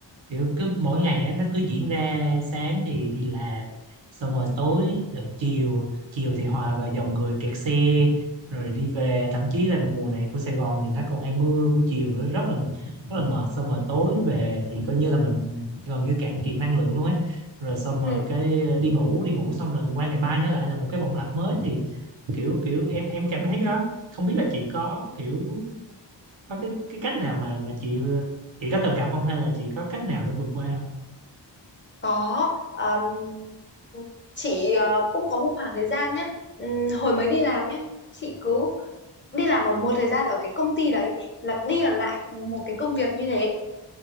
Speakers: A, on the right; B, on the left.
A: kiểu cứ mỗi ngày á nó cứ diễn ra sáng thì đi làm xong rồi tối rồi chiều chiều thì hòa vào dòng người kẹt xe rồi đi về thậm chí là mùa này của Sài Gòn thì nó còn hay mưa buổi chiều nó rất là rất là mệt xong rồi tối về thì coi như là mình gần như cạn kiệt năng lượng luôn ấy rồi xong
B: Ừ,
A: rồi cái ờ, đi ngủ đi ngủ xong rồi qua ngày mai nó lại là một cái vòng lặp mới thì kiểu kiểu em em cảm thấy cái đó không biết là chị có kiểu có cái cái cách nào mà mà chị chị có từng gặp không hay là chị có cách nào để vượt qua không
B: có Ờm, ừ, chị ờ, cũng có một khoảng thời gian nhé hồi mới đi làm nhé chị cứ đi làm ở một thời gian ở cái công ty đấy lặp đi lặp lại một cái công việc như thế